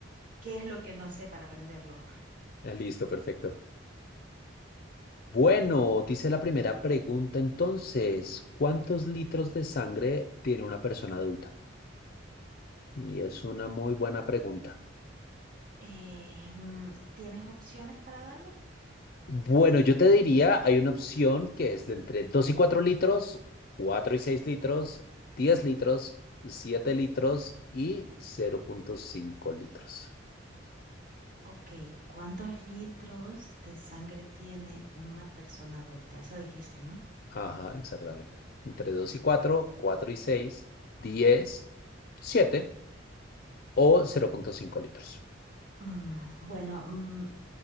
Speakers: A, on the right; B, on the left.
A: qué es lo que no sé para aprenderlo.
B: Ah, Listo, perfecto. Bueno, dice la primera pregunta entonces, ¿cuántos litros de sangre tiene una persona adulta? Y es una muy buena pregunta.
A: Eh, mm, ¿tienes opciones para darme?
B: Bueno, yo te diría, hay una opción que es de entre 2 y 4 litros, 4 y 6 litros, 10 litros, 7 litros y cero punto cinco litros.
A: Ok, ¿cuántos litros de sangre tiene una persona adulta? Eso dijiste, ¿no?
B: Ajá, exactamente. Entre 2 y 4, 4 y 6, 10, 7 o cero punto cinco litros.
A: Mm, Bueno, mm,